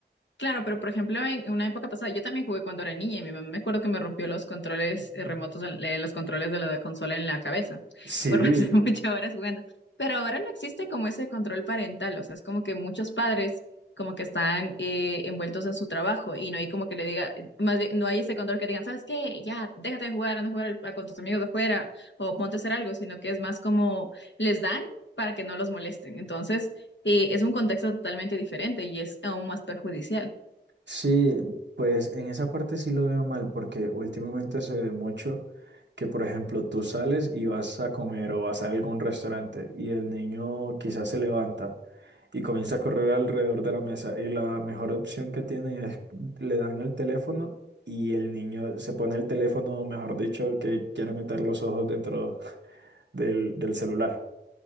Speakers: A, on the left; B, on the right.
A: Claro, pero por ejemplo, en una época pasada, yo también jugué cuando era niña y mi mamá me acuerdo que me rompió los controles eh, remotos, en- eh, los controles de la consola en la cabeza
B: Sí,
A: por <laughs> pasar muchas horas jugando. Pero ahora no existe como ese control parental, o sea, es como que muchos padres como que están eh, envueltos en su trabajo y no hay como que le diga, más bien, no hay ese control que digan, ¿sabes qué? Ya, déjate de jugar, anda a jugar al- con tus amigos de afuera o ponte a hacer algo, sino que es más como les dan para que no los molesten. Entonces eh, es un contexto totalmente diferente y es aún más perjudicial.
B: sí, pues en esa parte sí lo veo mal, porque últimamente se ve mucho que, por ejemplo, tú sales y vas a comer o vas a algún restaurante y el niño quizás se levanta y comienza a correr alrededor de la mesa y la mejor opción que tienen es le dan el teléfono y el niño se pone el teléfono, mejor dicho, que quiere meter los ojos dentro <laughs> del, del celular.